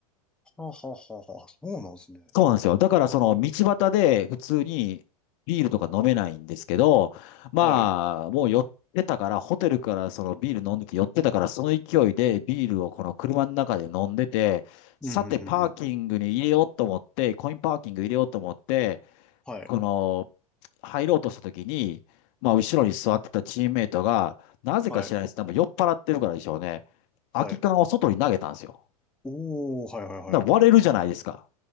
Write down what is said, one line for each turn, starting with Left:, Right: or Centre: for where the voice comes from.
Centre: はあはあはあはあ。そうなんですね。
Left: そうなんですよ。だからその道端で普通にビールとか飲めないんですけど、まあ、
Centre: はい。
Left: もう寄ってたから、ホテルからそのビール飲んでて寄ってたから、その勢いでビールをこの車の中で飲んでて、さてパーキングに入れようと思って、
Centre: うん、ふんふんふん。
Left: コインパーキング入れようと思って、
Centre: はい。
Left: この入ろうとした時に、まあ後ろに座ってたチームメイトが、なぜか知らないですけど、
Centre: はい
Left: 多分酔っ払ってるからでしょうね。
Centre: はい。
Left: 空き缶を外に投げたんですよ。
Centre: おー、はいはいはい。
Left: だから割れるじゃないですか。